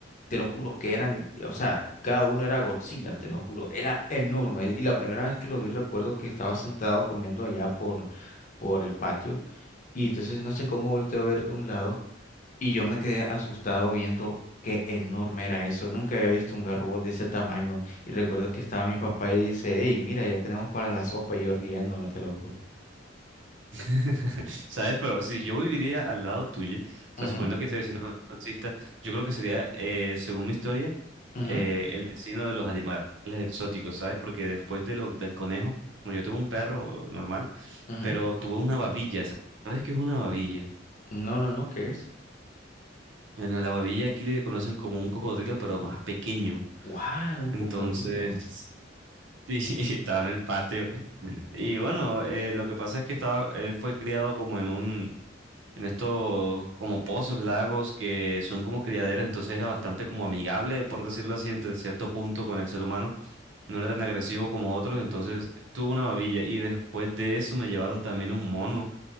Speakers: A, on the left; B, on the right.
A: Te lo juro que eran, o sea, cada uno era Godzilla, te lo juro, era enorme. Y la primera vez que lo vi, recuerdo que estaba sentado comiendo allá por, por el patio. Y entonces no sé cómo volteé a ver de un lado. Y yo me quedé asustado viendo qué enorme era eso. Nunca había visto un garrobo de ese tamaño. Y recuerdo que estaba mi papá y dice, hey, mira, ya tenemos para la sopa. Y yo riéndome, te lo juro.
B: <laughs> ¿sabes? Pero si yo viviría al lado tuyo, o sea,
A: Ujú,
B: suponiendo que ese vecino no exista, yo creo que sería, eh, según mi historia,
A: ujú,
B: eh, el vecino de los animales exóticos, ¿sabes? Porque después de lo, del conejo, bueno, yo tuve un perro normal,
A: ujú.
B: pero tuve una babilla, ¿sabes qué es una babilla?
A: No, no, no, ¿qué es?
B: Bueno, la babilla aquí le conocen como un cocodrilo, pero más pequeño.
A: ¡Wow! Un cocodrilo.
B: Entonces, <laughs> Sí, <laughs> estaba en el patio. Y bueno, eh, lo que pasa es que estaba, él fue criado como en un, en estos como pozos, lagos, que son como criaderas, entonces era bastante como amigable, por decirlo así, entre cierto punto con el ser humano. No era tan agresivo como otros, entonces tuvo una babilla. Y después de eso me llevaron también un mono